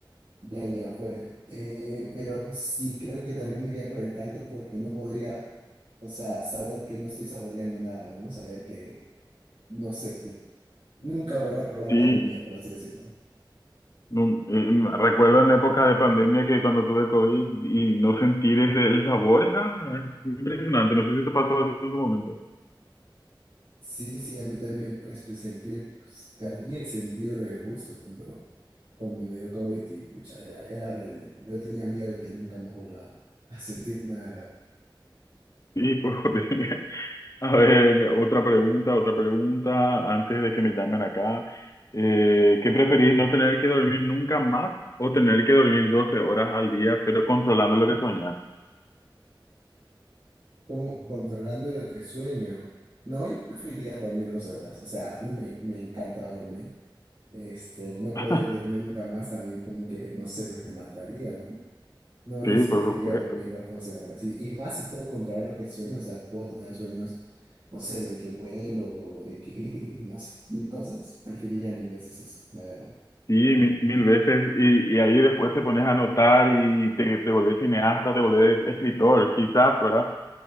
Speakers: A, on the right (about 70°); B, on the left (about 40°).
A: Ya, ya fue. Eh, pero sí, creo que también me iría por el tacto porque no podría, o sea, saber que no estoy saboreando nada, ¿no? Saber que, no sé, que nunca volver a probar
B: Sí,
A: la comida, por así decirlo.
B: no, eh, recuerdo en épocas de pandemia que cuando tuve COVID y no sentir ese, el sabor era impresionante. No sé si te pasó eso en su momento.
A: Sí, sí, a mí también, pues, pues sentí el, pues, perdí el sentido del gusto cuando, cuando me dio COVID y, pucha, era, era horrible. Yo tenía miedo de que nunca más vuelva a sentir nada. la-
B: Sí, pues Jorge. <laughs> A ver, otra pregunta, otra pregunta, antes de que me llamen acá. Eh, ¿qué preferís, no tener que dormir nunca más o tener que dormir 12 horas al día, pero controlando lo que soñás?
A: Como controlando lo que sueño. No, yo preferiría dormir 12 horas. O sea, a mí me, me encanta dormir. Este, no poder
B: <laughs>
A: dormir nunca más también como que, no sé, pues me mataría, ¿no? No, yo
B: Sí,
A: sí
B: por
A: preferiría
B: supuesto.
A: dormir las 12 horas. Y, y más si puedo controlar lo que sueño, o sea, puedo tener sueños, no sé, de que vuelo, de que, no sé, mil cosas. Preferiría mil veces eso, la verdad.
B: Sí, mi- mil, veces. Y, y ahí después te pones a anotar y te, te volvés cineasta, te volvés escritor, quizás, ¿verdad?